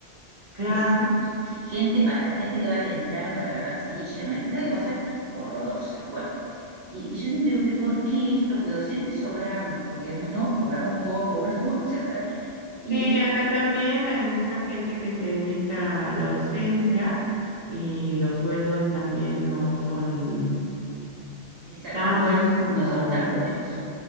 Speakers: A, on the right; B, on the right.
A: claro.
B: Desastre. Gente para, gente que va temprano para agarrar silla, no hay, una cosa horrorosa. Bueno, y, y yo siempre digo, pero ¿por qué esto? Porque docentes sobramos, porque además no, cobramos poco, bueno, <laughs> como ya sabes. Y
A: Sí, acá también hay mucha gente que se dedica a la docencia y los sueldos también no son
B: exacto,
A: tan
B: no, s-
A: buenos como,
B: no son tan buenos.